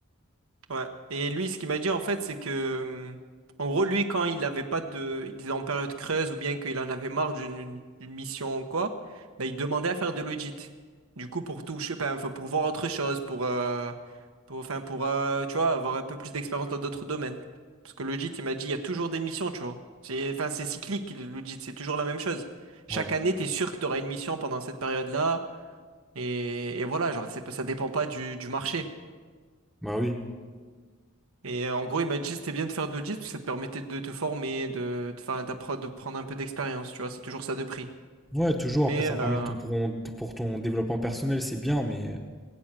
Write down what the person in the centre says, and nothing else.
Ouais,
bah oui.
Ouais, toujours,
après, ça permet
tout pour, tout pour ton développement personnel, c'est bien, mais.